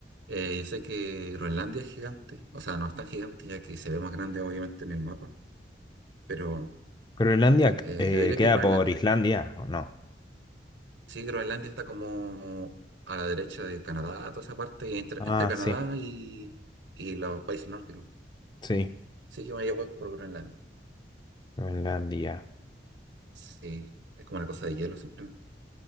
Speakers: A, on the right; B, on the left.
A: Eh, yo sé que Groenlandia es gigante, o sea, no es tan gigante ya que se ve más grande obviamente en el mapa, pero
B: Groenlandia
A: eh,
B: eh,
A: yo diría
B: queda
A: que Groenlandia.
B: por Islandia, ¿o no?
A: Sí, Groenlandia está como a la derecha de Canadá, toda esa parte, y entre,
B: Ah,
A: entre Canadá
B: sí,
A: y, y los países nórdicos.
B: sí,
A: Sí, yo me llevo por Groenlandia.
B: Groenlandia.
A: Sí, es como una cosa de hielo simplemente.